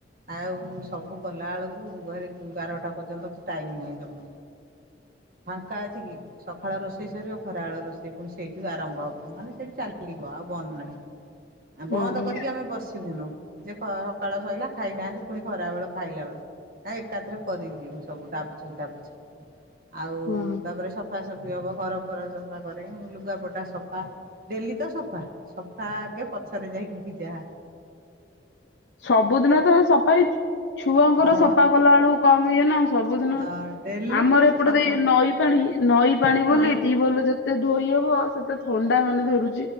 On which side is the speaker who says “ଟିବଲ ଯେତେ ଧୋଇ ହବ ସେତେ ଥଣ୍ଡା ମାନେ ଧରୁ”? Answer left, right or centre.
Left